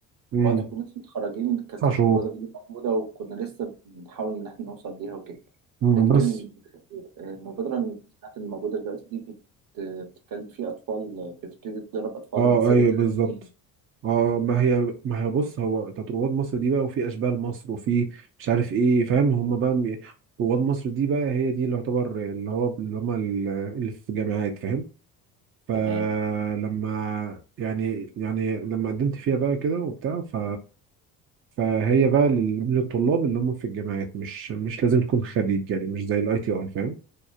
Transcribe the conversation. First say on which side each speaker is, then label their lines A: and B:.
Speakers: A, on the right; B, on the right.
A: مم.
B: وقت ما كنا لسه متخرجين كانت
A: تسع
B: المبادرة
A: شهور
B: دي موجودة وكنا لسه بنحاول ان احنا نوصل ليها وكده
A: مم،
B: لكن
A: بس
B: المبادرة اللي سمعت إن موجودة دلوقتي دي بت- بتتكلم في أطفال بتبتدي تدرب أطفال
A: اه
B: من سن
A: ايوه
B: ثلاث
A: بالظبط
B: سنين
A: اه ما هي ما هي بص هو بتاعت رواد مصر دي بقى وفي اشبال مصر وفي مش عارف ايه فاهم هم بقى م- رواد مصر دي بقى هي دي اللي يعتبر اللي هو اللي هم ال- اللي في جامعات فاهم فلما
B: تمام
A: يعني يعني لما قدمت فيها بقى كده وبتاع ف فهي بقى لل- للطلاب اللي هم في الجامعات مش مش لازم تكون خريج يعني مش زي الاي تي اي فاهم